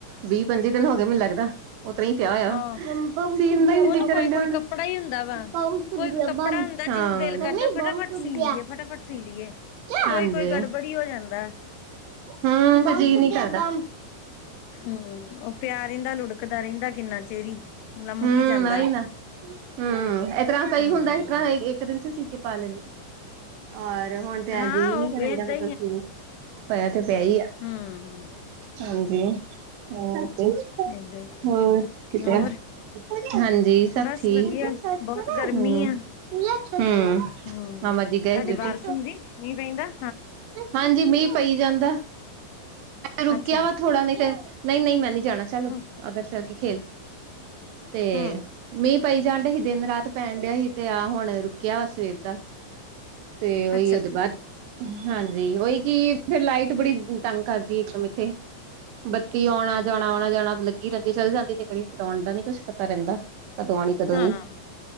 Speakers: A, on the right; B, on the left.
A: ਵੀਹ ਪੰਜੀ ਦਿਨ ਹੋ ਗਏ ਮੈਨੂੰ ਲੱਗਦਾ। ਓਸ ਤਰਾਂ ਹੀ ਪਿਆ ਦਾ
B: ਹਾਂ
A: ਆ ਸਿਓਣ ਦਾ ਨੀ
B: ਉਹ
A: ਜੀ
B: ਨਾ ਕੋਈ
A: ਕਰਨ
B: ਕੋਈ
A: ਡਆ ਹੁਣ।
B: ਕੱਪੜਾ ਹੀ ਹੁੰਦਾ ਵਾ
A: <unintelligible>
B: ਕੋਈ ਕੋਈ ਕੱਪੜਾ ਹੁੰਦਾ ਜਿਹਨੂੰ ਦਿਲ ਕਰਦਾ ਫਟਾਫਟ ਸੀ ਲਈਏ ਫਟਾਫਟ
A: ਹਾਂ
B: ਸੀ ਲਈਏ ਕੋਈ
A: ਹਾਂਜੀ।
B: ਕੋਈ ਗੜਬੜੀ ਹੋ ਜਾਂਦਾ
A: ਹੂੰ ਜੀ
B: ਹਮ
A: ਨਹੀਂ ਕਰਦਾ।
B: ਹਮ ਉਹ ਪਿਆ ਰਹਿੰਦਾ ਲੁੜਕਦਾ ਰਹਿੰਦਾ ਕਿੰਨਾ ਚਿਰ ਹੀ। ਲਮਕ
A: ਹਮ
B: ਹੀ ਜਾਂਦਾ
A: ਉਹੀ ਨਾ ਹਮ ਇਸ ਤਰ੍ਹਾਂ ਕਈ
B: ਹੂੰ
A: ਹੁੰਦਾ। ਇਸ ਤਰ੍ਹਾਂ ਇੱਕ ਦਿਨ ਚ ਸੀ ਕੇ ਪਾ ਲੈਂਦੇ ਔਰ ਹੁਣ ਤੇ ਐ
B: ਹਾਂ
A: ਜੀਅ
B: ਉਹ
A: ਨੀ ਕਰਨ
B: ਏਦਾਂ
A: ਡਆ ਮੇਰਾ ਤੇ ਸੀਣ ਨੂੰ। ਪਇਆ ਤੇ ਪਿਆ ਹੀ ਆ।
B: ਹਮਮ
A: ਹਾਂਜੀ ਹਾਂ ਤੇ
B: ਏਦਾਂ ਹੀ ਆ
A: ਹੋਰ ਕੀ।
B: ਹੋਰ
A: ਹਾਂਜੀ ਸਭ
B: ਬਸ
A: ਠੀਕ
B: ਵਧੀਆ
A: ਹਮ
B: ਬਹੁਤ ਗਰਮੀ
A: ਹਮ।
B: ਆ।
A: ਹਾਂ
B: ਹੂੰ
A: ਮਾਮਾ
B: ਤੁਹਾਡੇ
A: ਗਏ ਜਤਿਨ।
B: ਬਾਰਿਸ਼ ਹੁੰਦੀ ਮੀਂਹ ਪਈ ਦਾਂ।
A: ਹਾਂਜੀ, ਮੀਂਹ ਪਈ ਜਾਂਦਾਂ ਰੁਕਿਆ
B: ਅੱਛਾ
A: ਵਾ ਥੋੜਾ ਨੇ ਤੇ ਨਹੀਂ ਨਹੀਂ ਮੈ ਨੀ। ਜਾਣਾਂ ਚੱਲ
B: ਹੂੰ
A: ਅਗਰ ਚੱਲ ਕੇ ਖੇਲ ਤੇ
B: ਹੂੰ,
A: ਮੀਂਹ ਪਈ ਜਾਣ ਡਿਆ ਸੀ ਦਿਨ ਰਾਤ ਪੈਣ ਡਿਆ ਸੀ ਤੇ ਆਹ ਹੁਣ ਰੁਕਿਆ ਵਾ ਸਵੇਰ ਦਾ ਤੇ ਉਹੀ
B: ਅੱਛਾ
A: ਉਹਦੇ ਬਾਅਦ ਹਾਂਜੀ ਉਹੀ ਕੀ
B: ਹਾਂ
A: ਫਿਰ ਲਾਈਟ ਬੜੀ। ਤੰਗ ਕਰਦੀ ਇੱਕਦਮ ਇੱਥੇ ਬੱਤੀ ਆਉਣਾ ਜਾਣਾ ਆਉਣਾ ਜਾਣਾ ਲੱਗਿਆ। ਬੱਤੀ ਚੱਲ ਜਾਂਦੀ ਤੇ ਕਦੀ ਫਿਰ ਆਉਣ ਦਾ ਨੀ ਕੁੱਛ ਪਤਾ ਰਹਿੰਦਾ। ਕਦੋਂ ਆਉਣੀ ਕਦੋਂ
B: ਹਾਂ
A: ਨੀ